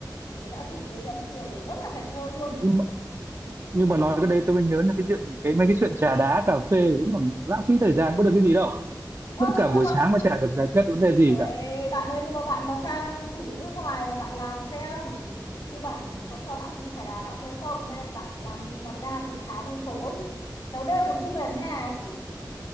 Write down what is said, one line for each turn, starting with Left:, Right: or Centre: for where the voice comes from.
Left: Đấy đã rủ tôi đi ăn trưa rồi, rất là thảnh thơi luôn.
Right: nhưng mà, nhưng mà nói cái đấy tôi mới nhớ là cái chuyện cái mấy cái chuyện trà đá cà phê đúng là lãng phí thời gian có được cái gì đâu
Left: Ơ
Right: mất cả
Left: nhưng mà
Right: buổi
Left: nó
Right: sáng mà chả được giải quyết vấn đề gì
Left: Ê,
Right: cả
Left: bạn ơi nhưng mà bạn mà sang thử nước ngoài mà bạn làm xem tư bản có cho bạn đi trà đá cà phê không hay là bạn lại làm bục mặt ra từ sáng đến tối khéo đêm còn chưa về đến nhà ấy chứ